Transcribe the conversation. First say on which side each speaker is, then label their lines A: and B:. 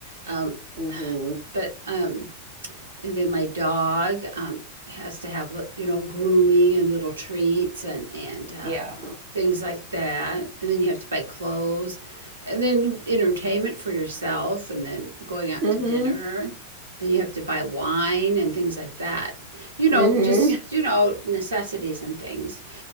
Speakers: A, on the right (about 70°); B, on the right (about 50°).
A: Um,
B: hmm
A: but um, And then my dog um, has to have, you know, grooming and little treats and and um,
B: Yeah.
A: things like that. And then you have to buy clothes, and then entertainment for yourself, and then going out
B: hmm
A: to dinner. Then you have to buy wine and things like that. You know,
B: mm
A: just,
B: hmm
A: you know, necessities and things.